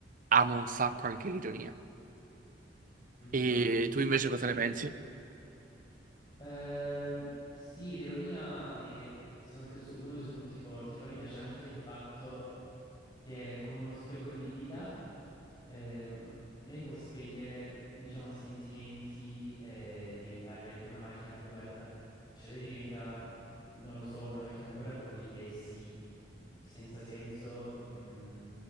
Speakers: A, on the right; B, on the left.
A: amo un sacco anche l'ironia.
B: Mhm.
A: E tu invece cosa ne pensi?
B: Ehm, sì, l'ironia è sicuramente il suo- uno dei suoi punti forti, però mi piace anche il fatto che con uno schiocco di dita ehm, lei può spegnere, diciamo, sentimenti e diventare una macchina da guerra. Cioè lei diventa, non lo so, una macchina da guerra con riflessi mh, senza senso, mh,